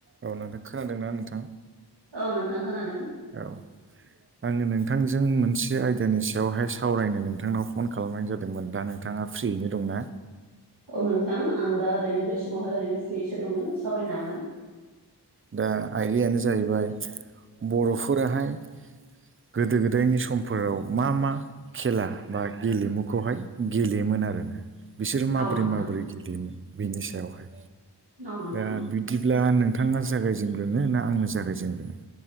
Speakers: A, on the right; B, on the right.
A: औ नोंथां खोनादोंना नोंथां
B: औ नोंथां खोनादों
A: औ। आङो नोंथांजों मोनसे आयदानि सायावहाय सावरायनो नोंथांनाव फन खालामनाय जादोंमोन दा नों थाङा फ्रियैनो दंना?
B: औ नोंथां आं दा ओरैनो बे समावहाय ओरैनो फ्रिसो दङो सावरायनो हागोन।
A: दा आयदायानो जाहैबाय बर'फोराहाय गोदो गोदायनि समफोराव मा मा खेला बा गेलेमुखौहाय गेलेयोमोन आरोना। बिसोरो माबोरै
B: हागोन औ नोंथां
A: माबोरै गेलेयोमोन बिनि सायावहाय
B: औ नोंथां
A: ओ बिदिब्ला नोंथाङा जागायजेनग्रोनो ना आङो जागायजेनग्रोनो